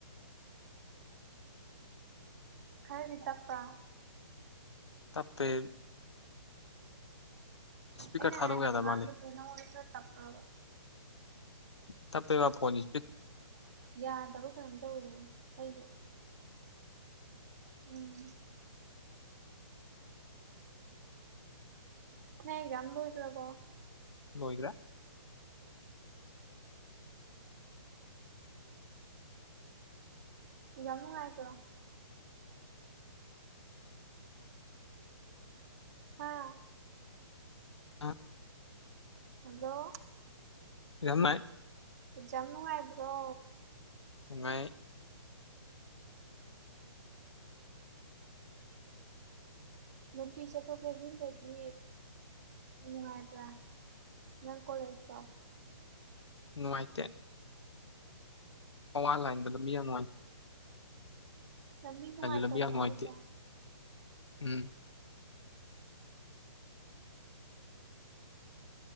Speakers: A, on the right; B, on the left.
A: ꯈꯔꯔꯤ ꯇꯄ
B: ꯇꯞꯄꯦ ꯏꯁꯄꯤꯀꯔ
A: ꯑꯩꯅ
B: ꯊꯥꯗꯣꯛ ꯌꯥꯗ ꯃꯥꯜꯂꯦ
A: ꯄꯨꯇꯅ ꯃꯡꯂꯗ ꯇꯞꯕ
B: ꯇꯞꯦꯕ ꯐꯣꯅꯤ
A: ꯌꯥꯗꯕ ꯀꯩꯅꯣꯝ ꯇꯧꯋꯅ ꯑꯩꯁꯦ ꯎꯝ ꯅ ꯀꯝꯕ ꯑꯣꯏꯗꯂꯀꯣ
B: ꯂꯍꯤꯒ꯭ꯔꯥ
A: ꯌꯥꯝ ꯅꯨꯡꯉꯥꯏꯕ꯭ꯔꯣ ꯑꯥ
B: ꯌꯥꯝ
A: ꯍꯜꯂꯣ
B: ꯏꯝꯅꯥꯥꯏ
A: ꯑꯦꯛꯖꯥꯝ ꯅꯨꯡꯉꯥꯏꯕ꯭ꯔꯣ
B: ꯃꯉꯥꯏ
A: ꯅꯨꯄꯤ ꯆꯠꯊꯣꯛ ꯆꯦꯁꯤꯟꯗꯗꯤ ꯅꯨꯡꯉꯥꯏꯕ꯭ꯔꯥ ꯅꯪ ꯀꯣꯂꯦꯖꯇꯣ
B: ꯅꯨꯡꯉꯥꯏꯇ ꯋꯥꯟꯂꯥꯏꯟꯗ ꯂꯝꯕꯤꯅꯨꯉꯅꯤ
A: ꯂꯝꯃꯤ ꯀꯨꯃꯔ
B: ꯂꯝꯕꯤ
A: ꯇ
B: ꯌꯥꯝ
A: ꯐꯁꯦ
B: ꯅꯨꯡꯉꯥꯏꯇꯦ ꯎꯝ